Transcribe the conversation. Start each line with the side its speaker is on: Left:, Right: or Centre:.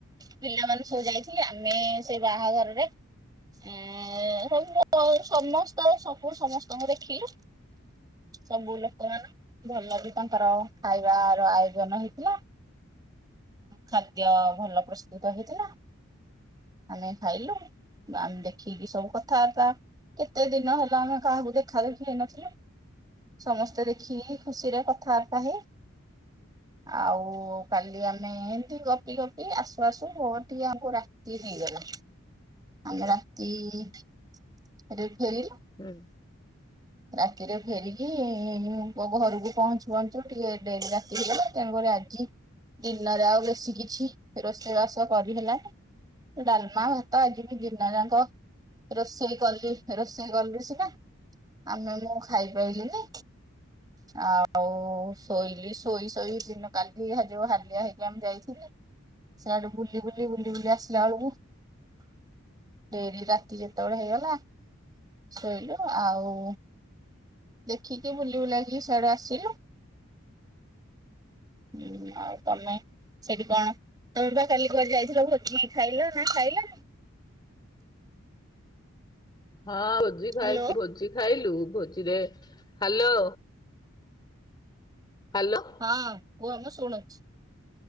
Right: ପିଲାମାନେ ସବୁ ଯାଇଥିଲେ ଆମେ ସେ ବାହାଘରରେ ଏ ସ ସମସ୍ତ ସବୁ ସମସ୍ତଙ୍କୁ ଦେଖିଲି। ସବୁ ଲୋକ ମାନ ଭଲ ବି ତାଙ୍କର ଖାଇବାର ଆୟୋଜନ ହେଇଥିଲା। ଖାଦ୍ୟ ଭଲ ପ୍ରସ୍ତୁତ ହେଇଥିଲା ଆମେ ଖାଇଲୁ। ଆମେ ଦେଖିକି ସବୁ କଥାବାର୍ତ୍ତା କେତେ ଦିନ ହେଲା ଆମେ କାହାକୁ ଦେଖା ଦେଖି ହେଇନଥିଲୁ। ସମସ୍ତେ ଦେଖିକି ଖୁସିରେ କଥାବାର୍ତ୍ତା ହେଇ। ଆଉ କାଲି ଆମେ ଏମିତି ଗପି ଗପି ଆସୁ ଆସୁ ଟିକେ ଆମକୁ ରାତି ହେଇଗଲା। ଆମେ ରାତିରେ ଫେରିଲୁ।
Left: ହୁଁ।
Right: ରାତିରେ ଫେରିକି ଘରକୁ ପହଞ୍ଚୁ ପଞ୍ଚୁ ଟିକେ ଡେରି ରାତି ହେଇଗଲା ଆଜି ଦିନରେ ଆଉ ବେଶୀ କିଛି ରୋଷେଇବାସ କରିହେଲାଣି ଡଲମା ତ ଆଜି ବି ଜନା ର କ ରୋଷେଇ କଲି, ରୋଷେଇ କଲିି ସେଟା। ଆମେ ମୁଁ ଖାଇପାରିଲିନି। ଆଉ, ଶୋଇଲି ଶୋଇ, ଶୋଇ, ଦିନ କାଲି ଯୋଉ, ହାଲିଆ ହେଇକି ଆମେ ଯାଇଥିଲ। ସିଆଡୁ ବୁଲି ବୁଲି ବୁଲି ବୁଲି ଆସିଲଳୁ। ଡେରି ରାତି ଯେତେବେଳେ ହେଇଗଲା, ଶୋଇଲୁ ଆଉ। ଦେଖିକି, ବୁଲି ବୁଲାକିକି ସଆଡେ ଆସିଲୁ। ହୁଁ ଆଉ ତମେ ସେଠି କଣ? ତମ ପା କାଲି କୁଆଡ଼େ ଯାଇଥିଲ! ଭୋଜି ଖାଇଲ? ନା ଖାଇଲନି?
Left: ହଁ ଭୋଜି ଖାଇ
Right: ହ୍ୟାଲୋ
Left: ଭୋଜି ଖାଇଲୁ ଭୋଜିରେ। ହ୍ୟାଲୋ ହ୍ୟାଲୋ
Right: ହଁ ହୁ ଆମଁ ଶୁଣୁଛିୁ